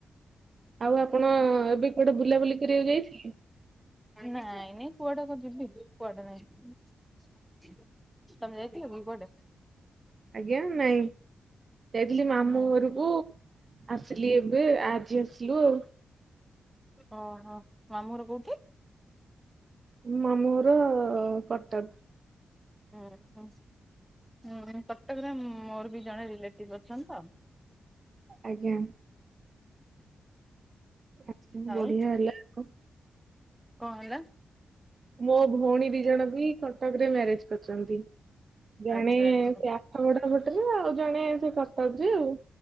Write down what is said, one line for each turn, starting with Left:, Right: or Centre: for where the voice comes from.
Right: ଆଉ ଆପଣ ଏବେ କୁଆଡେ ବୁଲାବୁଲି କରିବାକୁ ଯାଇଥିଲେ?
Centre: ନାଇଁ ନାଇଁ କୁଆଡେ କୁ ଯିବି କୁଆଡେ ନାଇଁ? ତମେ ଯାଇଥିଲ କି କୁଆଡେ?
Right: ଆଜ୍ଞା ନାଇଁ ଯାଇଥିଲି ମାମୁଁ
Centre: ହୁଁ
Right: ଘରୁକୁ ଆସିଲି ଏବେ ଆଜି ଆସିଲୁ ଆଉ
Centre: ଓହୋ ମାମୁଁ ଘର କୋଉଠି?
Right: ମାମୁଁ ଘର କଟକ।
Centre: ହଁ ହଁ ହୁଁ କଟକରେ ମୋର ବି ଜଣେ ରିଲେଟିଭ ଅଛନ୍ତି ତ
Right: ଆଜ୍ଞା ଆଛା
Centre: ହଉ
Right: ବଢିଆ ହେଲା ଆଉ।
Centre: କଣ ହେଲା?
Right: ମୋ ଭଉଣୀ ଦି ଜଣ ବି କଟକରେ ମ୍ୟାରେଜ କରିଛନ୍ତି ଜଣେ
Centre: ଆଚ୍ଛା ଆଚ୍ଛା
Right: ଟ୍ରା ଆଠଗଡ଼ ପଟରେ ଆଉ ଜଣେ ସେ କଟକରେ ଆଉ